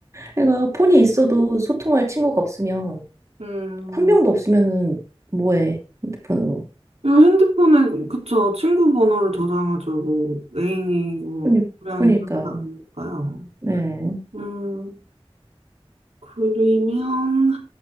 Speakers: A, on the right; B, on the right.
A: 그러니까 폰이 있어도 소통할 친구가 없으면,
B: 음.
A: 한 명도 없으면은 뭐해? 핸드폰으로.
B: 이거 핸드폰에, 그쵸. 친구 번호를 저장하죠. 뭐, 애인이 뭐,
A: 그니-
B: 두 명이
A: 그러니까,
B: 다 하나 아닐까요?
A: 네.
B: 음, 그러면